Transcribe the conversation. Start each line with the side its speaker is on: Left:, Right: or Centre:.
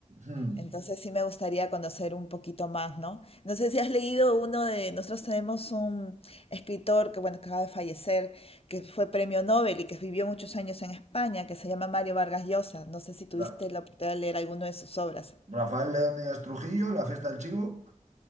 Right: Hmm.
Left: Entonces sí me gustaría conocer un poquito más, ¿no? No sé si has leído uno de, nosotros tenemos un escritor que, bueno, que acaba de fallecer, que fue premio Nobel y que vivió muchos años en España, que se llama Mario Vargas Llosa. No sé si tuviste
Right: Ra-
Left: la oportunidad de leer alguno de sus obras.
Right: Rafael Leónidas Trujillo, La fiesta del chivo,